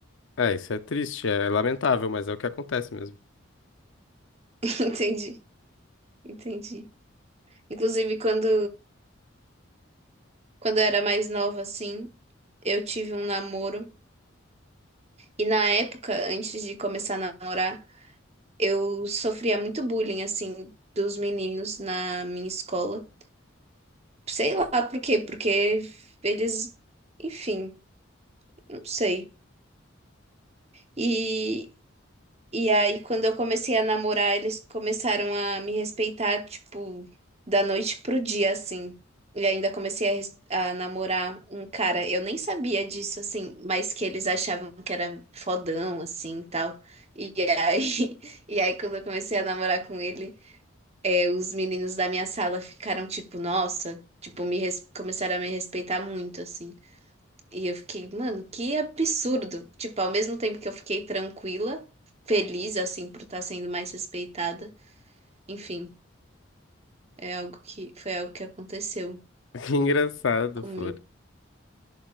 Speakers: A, on the left (about 65°); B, on the right (about 30°).
A: é, isso é triste, é lamentável, mas é o que acontece mesmo.
B: <laughs> Entendi, entendi. Inclusive, quando, quando eu era mais nova, assim, eu tive um namoro. E na época, antes de começar a namorar, eu sofria muito bullying, assim, dos meninos na minha escola. Sei lá por quê, porque eles, enfim, não sei. e E aí, quando eu comecei a namorar, eles começaram a me respeitar, tipo, da noite pro dia, assim. E ainda comecei a, res- a namorar um cara, eu nem sabia disso, assim, mas que eles achavam que era fodão, assim, e tal. E aí, <laughs> e aí quando eu comecei a namorar com ele, é, os meninos da minha sala ficaram, tipo, nossa, tipo, me res- começaram a me respeitar muito, assim. E eu fiquei, mano, que absurdo. Tipo, ao mesmo tempo que eu fiquei tranquila, feliz, assim, por estar sendo mais respeitada. Enfim, é algo que foi algo que aconteceu
A: <laughs> Que engraçado,
B: comigo.
A: for.